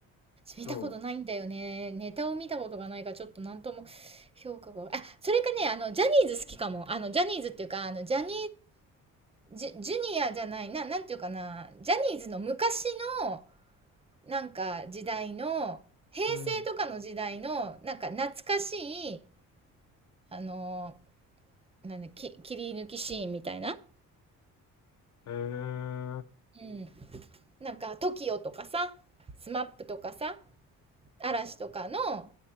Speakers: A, on the left; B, on the right.
A: そ
B: 見たことないんだよね。ネタを見たことがないから、ちょっとなんとも評価が。あ、それかね、あの、ジャニーズ好きかも。あの、ジャニーズっていうか、あの、ジャニーズ、ジュ、ジュニアじゃない、な、なんていうかな、ジャニーズの昔の、なんか、時代の、平成とかの時代の、
A: う。うん。
B: なんか、懐かしい、あの、なんだ、き、切り抜きシーンみたいな。
A: へえ、
B: うん。なんか、トキオとかさ、スマップとかさ、嵐とかの